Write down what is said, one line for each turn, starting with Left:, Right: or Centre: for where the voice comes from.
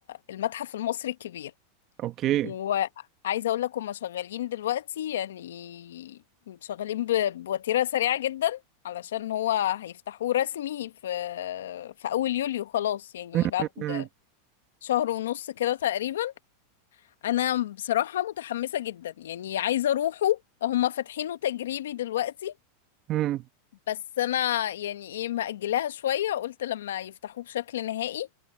Left: المتحف المصري الكبير
Right: اوكي
Left: وعايزة اقول لك هما شغالين دلوقتي يعني شغالين ب- بوتيرة سريعة جدا علشان هو هيفتحوه رسمي في في اول يوليو خلاص يعني
Right: م-
Left: بعد
Right: م-
Left: شهر ونص كده تقريبا انا بصراحة متحمسة جدا يعني عايزة اروحه هما فاتحينه تجريبي دلوقتي
Right: م- م-
Left: بس انا يعني ايه مأجلاها شوية قلت لما يفتحوه بشكل نهائي